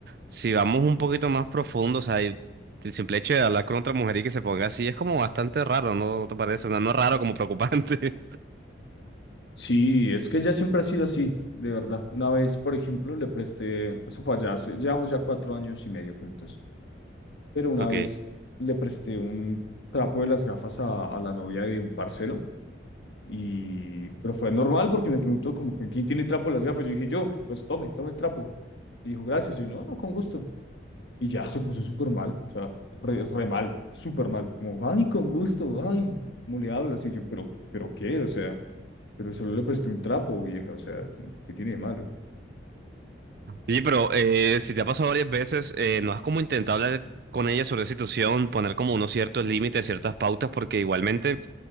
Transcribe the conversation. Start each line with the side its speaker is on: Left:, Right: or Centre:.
Right: si vamos un poquito más profundo, o sea, y el simple hecho de hablar con otra mujer y que se ponga así es como bastante raro, ¿no ¿No te parece? O sea, no raro como preocupante.
Left: Sí, es que ella siempre ha sido así, de verdad. Una vez, por ejemplo, le presté, eso fue allá, hace- llevamos ya cuatro años y medio juntos. pero una
Right: <laughs> Ok.
Left: vez le presté un trapo de las gafas a, a la novia de un parcero y pero fue normal porque me preguntó como que quién tiene trapo de las gafas. Yo dije yo, pues tome, tome el trapo. Y dijo, gracias. Yo, no, no, con gusto. Y ya se puso súper mal, o sea, re, re mal, súper mal. Como, ay, con gusto, ay, ¿cómo le hablas? Y yo, pero, pero qué, o sea, pero solo le presté un trapo, vieja, o sea, ¿qué tiene de malo?
Right: Oye, pero eh, si te ha pasado varias veces, eh, ¿no has como intentado hablar con ella sobre la situación, poner como unos ciertos límites, ciertas pautas? Porque igualmente,